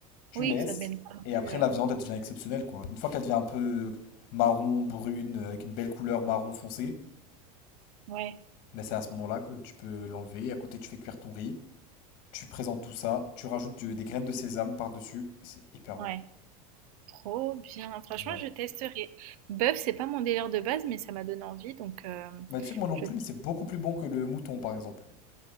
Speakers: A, on the left; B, on the right.
A: Tu
B: Oui,
A: laisses,
B: que ça baigne pas non
A: et après
B: plus. euh,
A: la viande elle devient exceptionnelle quoi. Une fois qu'elle devient un peu marron, brune, euh, avec une belle couleur marron foncé,
B: Ouais,
A: Ben, c'est à ce moment-là que tu peux l'enlever. Et à côté, tu fais cuire ton riz. Tu présentes tout ça. Tu rajoutes du- des graines de sésame par-dessus. et C'est hyper bon.
B: ouais. Trop bien. Franchement,
A: Ouais.
B: je testerai. Bœuf, c'est pas mon délire de base, mais ça m'a donné envie. Donc, euh,
A: Mais tu sais que moi non
B: je.
A: plus, c'est beaucoup plus bon que le mouton, par exemple.